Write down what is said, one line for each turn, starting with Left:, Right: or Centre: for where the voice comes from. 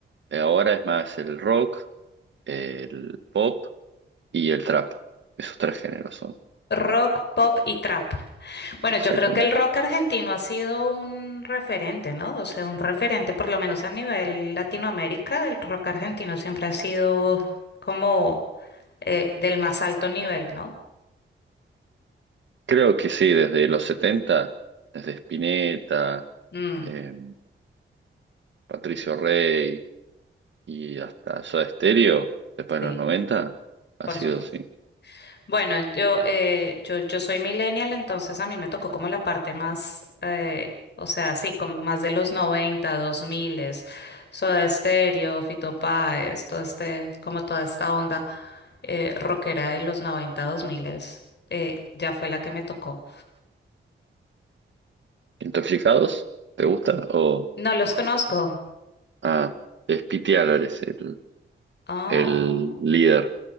Right: ahora es más el rock el pop y el trap. Esos tres géneros son,
Left: Rock, pop y trap. Bueno,
Right: exactamente.
Left: yo creo que el rock argentino ha sido un referente, ¿no? O sea, un referente, por lo menos a nivel Latinoamérica, el rock argentino siempre ha sido como eh, del más alto nivel, ¿no?
Right: Creo que sí, desde los setenta desde Spinetta,
Left: Mm,
Right: eh, Patricio Rey y hasta Soda Stereo, después
Left: sí,
Right: de los noventa ha
Left: por
Right: sido
Left: supuesto.
Right: sí.
Left: Bueno, yo, eh, yo, yo soy millennial, entonces a mí me tocó como la parte más, eh, o sea, sí, como más de los noventa dos 2000, Soda Stereo, Fito Páez, todo este, como toda esta onda eh, rockera de los 90, 2000, eh, ya fue la que me tocó.
Right: ¿Intoxicados? ¿Te gusta? O,
Left: No los conozco.
Right: ah, es Pity Álvarez, el,
Left: Ah,
Right: el líder.